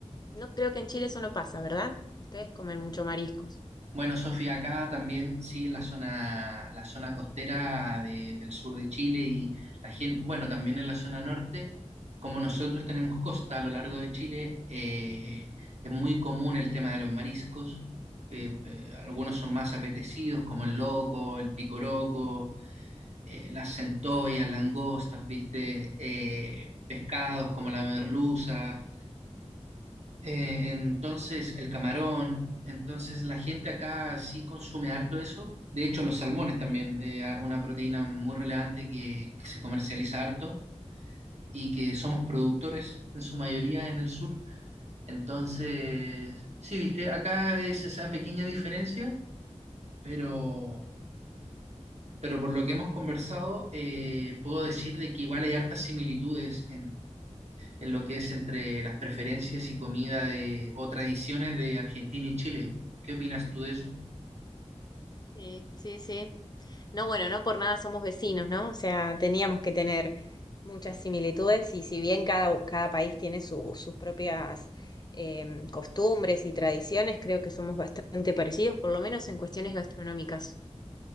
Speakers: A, on the left; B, on the right.
A: No creo que en Chile eso no pasa, ¿verdad? Ustedes comen mucho mariscos.
B: Bueno, Sofía, acá también, sí, la zona, la zona costera de- del sur de Chile y la gente, bueno, también en la zona norte, como nosotros tenemos costa a lo largo de Chile, eh, es muy común el tema de los mariscos. Eh, eh, algunos son más apetecidos, como el loco, el picoroco, eh, las centollas,
A: Ujú.
B: langostas, viste, Eh, pescados como la merluza. Eh, entonces, el camarón, entonces la gente acá sí consume harto eso. De hecho, los salmones también, eh, a- una proteína muy relevante que, que se comercializa harto y que somos productores en su mayoría en el sur. Entonces, sí, viste, acá es esa pequeña diferencia, pero, pero por lo que hemos conversado, eh, puedo decir de que igual hay hartas similitudes en lo que es entre las preferencias y comida de, o tradiciones de Argentina y Chile. ¿Qué opinas tú de eso?
A: Sí, sí, sí. No, bueno, no por nada somos vecinos, ¿no? O sea, teníamos que tener muchas similitudes y si bien cada, cada país tiene su- sus propias em, costumbres y tradiciones, creo que somos bastante parecidos, por lo menos en cuestiones gastronómicas.